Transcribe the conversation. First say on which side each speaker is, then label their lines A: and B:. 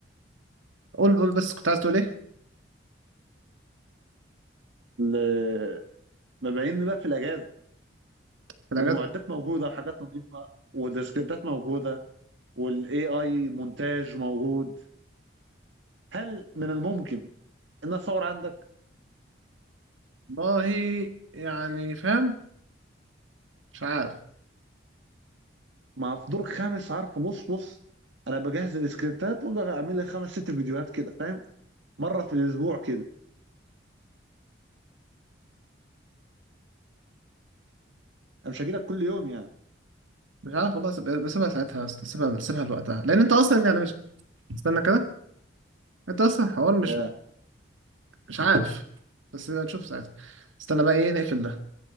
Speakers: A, on the right; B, on the right.
A: قول قول بس كنت عايز تقول إيه
B: ل- مبيعين بقى في الاجازة
A: في الأجازة
B: والمعدات موجودة وحاجات نظيفة والسكريبتات موجودة والاي اي مونتاج موجود هل من الممكن ان اصور عندك؟
A: والله يعني فاهم مش عارف
B: مع في دور خامس عارف بص بص انا بجهز السكريبتات واجي اعمل لي خمس ست فيديوهات كده فاهم مره في الاسبوع كده انا مش هجيلك كل يوم يعني
A: مش عارف والله سيب- بسيبها ساعتها بس بسيبها بسيبها لوقتها لأن أنت أصلا يعني مش استنى كده أنت أصلا حوار مش
B: آه.
A: مش عارف بس نبقى نشوف ساعتها استنى بقى إيه نقفل ده